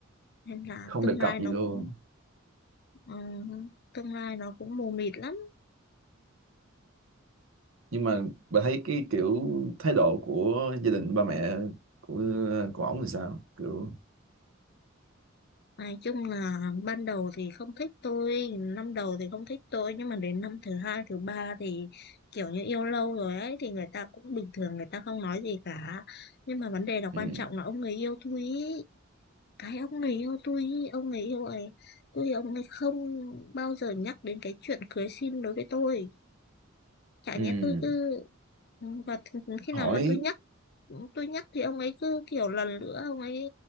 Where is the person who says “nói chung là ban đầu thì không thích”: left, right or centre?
Left